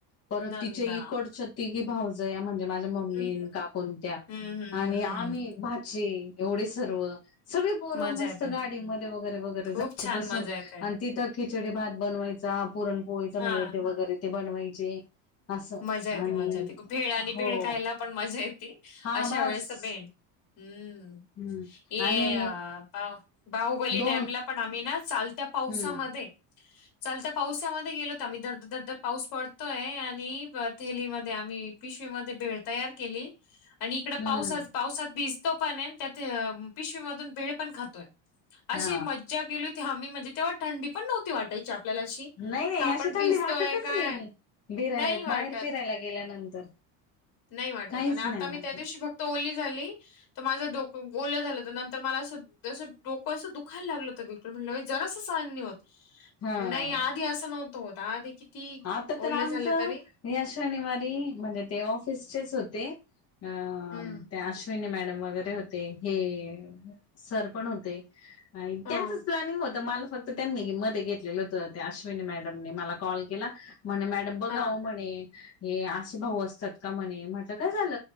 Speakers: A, on the left (about 35°); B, on the left (about 50°).
A: परत
B: नंदा
A: तिच्या इकडच्या तिघी भाऊज जया म्हणजे माझ्या मम्मी
B: हम्म
A: काकून त्या
B: हम्म हम्म
A: आणि
B: हम्म
A: आम्ही
B: हम्म.
A: भा चे एवढे सर्व. सगळी पोर
B: मजा
A: मस्त
B: येते
A: गाडीमध्ये वगैरे वगैरे जायच
B: खूप छान
A: बसून.
B: मजा येते
A: तिथ खिचडी भात बनवायचा पुरण पोळीचा
B: हा
A: नैवेद्य वगैरे ते बनवायचे. असं
B: मज्जा येते
A: आणि
B: मज्जा येते भेळ आणि
A: हो
B: भेळ खायला. पण मजा येती
A: हा
B: अशा
A: बस
B: वेळेस बेण हम्म.
A: हम्म
B: ये
A: आणि
B: पा बाहुबली
A: दोन
B: डॅमला पण आम्ही ना चालत्या पावसामध्ये
A: हम्म
B: चालत्या पावसामध्ये गेलोत आम्ही दर दर दरदर पाऊस पडतोय आणि ह थैलीमध्ये आम्ही पिशवीमध्ये भेळ तयार केली आणि इकड
A: हम्म
B: पावसात पावसात भी तो पण आहे त्यात पिशवी मधून भेळ पण खातोय अशी
A: हा
B: मज्जा केली. ते आम्ही म्हणजे तेव्हा थंडी पण नव्हती वाटायची आपल्याला अशी.
A: नाही नाही
B: का आपण
A: अशी थंडी
B: भिजतोय
A: वाटतच
B: काय
A: नाही बिराय
B: नाही वाटत.
A: बाहेर फिरायला गेल्यानंतर.
B: नाही वाटत
A: काहीच
B: आणि आता
A: नाही वाटत
B: मी त्या दिवशी फक्त ओली झाली. तर माझ डोक ओल झाल तर नंतर मला अस जस डोक असं दुखायला लागल बिलकुल. म्हणलं बाई जरास सहन नाही होत
A: हा
B: नाही आधी अस नव्हत होत आधी किती
A: आता तर
B: ओल
A: आमचं
B: झाल तरी
A: या शनिवारी म्हणजे ते ऑफिसचेच होते अ
B: हं,
A: ते आस अश्विनी मॅडम वगैरे होते हे सर पण होते. नाही
B: हां,
A: त्यांचच प्लॅनिंग होत मला फक्त त्यांनी मध्ये घेतलेल होत त्या अश्विनी मॅडमने मला. कॉल केला म्हणे मॅडम बघा
B: हां,
A: ओ म्हणे. हे असे भाऊ असतात का म्हणे म्हटल काय झाल?